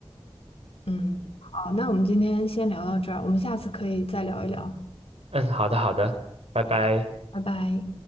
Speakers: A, on the left; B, on the right.
A: 嗯，好，那我们今天先聊到这儿，我们下次可以再聊一聊，
B: 嗯，好的，好的，拜拜。
A: 拜拜。